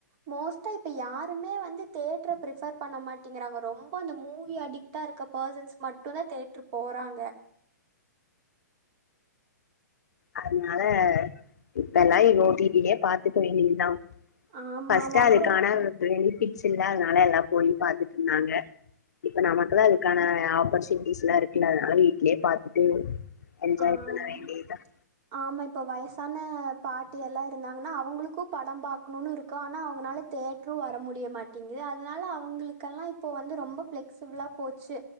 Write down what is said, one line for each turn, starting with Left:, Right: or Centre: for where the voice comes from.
Right: மோஸ்ட்டா இப்ப யாருமே வந்து தேட்ர பிரிஃபர் பண்ண மாட்டேங்கறாங்க ரொம்ப இந்த மூவி அடிக்ட்டா இருக்குற பர்சன்ஸ் மட்டும் தான் தேட்டர் போறாங்க
Left: அதனால இப்ப லைவ் ஓட்டி டி லயே பாத்துக்க வேண்டியது தான்
Right: ஆமாமா
Left: பஸ்டா அது
Right: அப்றோ
Left: <unintelligible> கிட்ஸ் இல்ல அதனால எல்லாம் போய் பாத்துட்டு இருந்தாங்க இப்ப நமக்கு தான் அதுக்கான ஆப்பர்ச்சுனிட்டிஸ்லாம் இருக்குல்ல அதனால வீட்லயே பாத்துட்டு என்ஜாய்
Right: ஆம்
Left: பண்ண வேண்டியதுதான்
Right: ஆமா இப்ப வயசான பாட்டி எல்லாம் இருந்தாங்கன்னா அவங்களுக்கும் படம் பாக்கணும்னு இருக்கும் ஆனா அவங்கனால தேட்டரும் வர முடியமாட்டேங்குது அதனால அவங்களுக்கெல்லாம் இப்போ வந்து ரொம்ப பிளெக்சிபிளா போச்சு